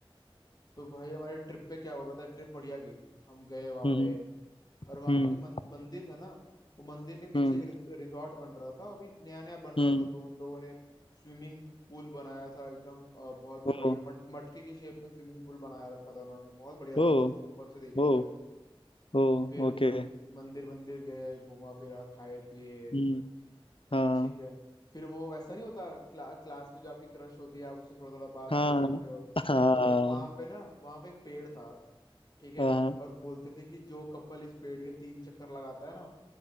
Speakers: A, on the left; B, on the left.
A: तो भाई हमारे ट्रिप पे क्या हुआ पता है ट्रिप बढ़िया गई हम गए वहाँ
B: हम्म
A: पे और वहाँ
B: हम्म
A: पे जो मन, मंदिर था ना वो मंदिर के पीछे
B: हम्म
A: एक रिज, रिजॉर्ट बन रहा था अभी नया नया बन
B: हम्म
A: रहा था तो उन लोगों ने स्विमिंग पूल बनाया था एकदम अ, बहुत
B: ओ
A: बढ़िया मट, मटके की शेप में स्विमिंग पूल बनाया रखा था उन्होंने बहुत बढ़िया
B: ओ
A: लग रहा था ऊपर से देख रहे
B: ओ
A: थे हम
B: ओ
A: फिर
B: ओके
A: मन, मंदिर मंदिर गए घूमा फिरा खाए पिए
B: हम्म हाँ
A: ठीक है फिर वो वैसा नहीं होता क्ला, क्लास में जो आपकी क्रश होती है आप उससे थोड़ा थोड़ा बात
B: हाँ
A: कर रहे होते हो
B: हाँ
A: तो वहां पे ना वहां पे एक पेड़ था ठीक है
B: हाँ
A: और बोलते थे कि जो कपल इस पेड़ के तीन चक्कर लगाता है ना